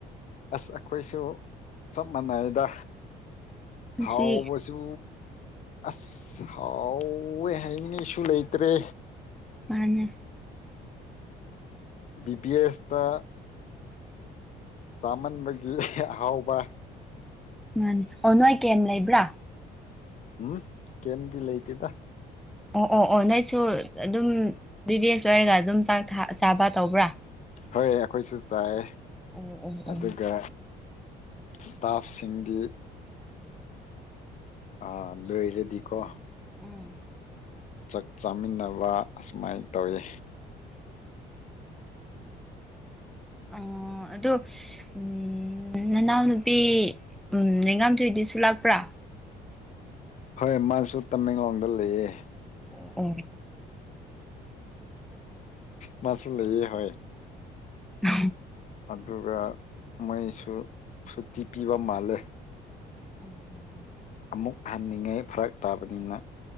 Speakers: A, on the left; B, in the centre.
A: ꯑꯁ ꯑꯩꯈꯣꯏꯁꯨ ꯆꯞ ꯃꯥꯟꯅꯩꯗ
B: ꯉꯁꯤ
A: ꯍꯥꯎ ꯄꯁꯨ ꯑꯁ ꯍꯥꯎꯋꯦ ꯍꯥꯏꯅꯦꯁꯨ ꯂꯩꯇ꯭ꯔꯦ
B: ꯃꯥꯅꯦ
A: ꯕꯤ ꯕꯤ ꯑꯦꯁꯇ ꯆꯥꯃꯟꯕꯒꯤ ꯑꯍꯥꯎꯕ
B: ꯃꯥꯅꯦ ꯑꯣ ꯅꯣꯏ ꯀꯩ ꯂꯩꯕ꯭ꯔꯥ
A: ꯎꯝ ꯀꯝꯗꯤ ꯂꯦꯇꯗ
B: ꯑꯣ <unintelligible> ꯑꯣ ꯑꯣ ꯅꯣꯏꯁꯨ ꯑꯗꯨꯝ ꯕꯤꯕꯤ ꯑꯦꯁ ꯑꯣꯏꯔꯒ ꯑꯗꯨꯝꯥꯛ ꯆꯥꯕ ꯇꯧꯕ꯭ꯔꯥ
A: ꯍꯣꯏ ꯑꯩꯈꯣꯏꯁꯨ ꯆꯥꯏ
B: ꯑꯣ ꯑꯣ ꯑꯣ
A: ꯑꯗꯨꯒ ꯏꯁꯇꯥꯐꯁꯤꯡꯒꯤ ꯑꯥ ꯑꯣꯏꯔꯦꯗꯤꯀꯣ
B: ꯎꯝ
A: ꯆꯥꯛ ꯆꯥꯃꯤꯟꯅꯕ ꯑꯁꯨꯃꯥꯏ ꯇꯧꯋꯤ
B: ꯑꯣ ꯑꯗꯣ ꯎ ꯅꯅꯥꯎꯅ ꯅꯨꯄꯤ ꯂꯩꯉꯥꯝꯊꯣꯏꯗꯨꯁꯨ ꯂꯥꯛꯄ꯭ꯔꯥ
A: ꯍꯣꯏ ꯃꯥꯁꯨ ꯇꯃꯦꯡꯂꯣꯡꯗ ꯂꯩꯌꯦ
B: ꯑꯣ ꯑꯣ
A: ꯃꯥꯁ ꯐ ꯂꯩꯦ ꯍ
B: ꯎ
A: ꯑꯗꯨꯒ ꯃꯣꯏꯁꯨ ꯁꯨꯇꯤ ꯄꯤꯕ ꯃꯥꯜꯂꯦ
B: ꯎꯝ ꯎꯝ ꯎꯝ
A: ꯑꯃꯨꯛ ꯍꯟꯅꯤꯡꯉꯦ ꯐꯔꯛ ꯇꯥꯕꯅꯤꯅ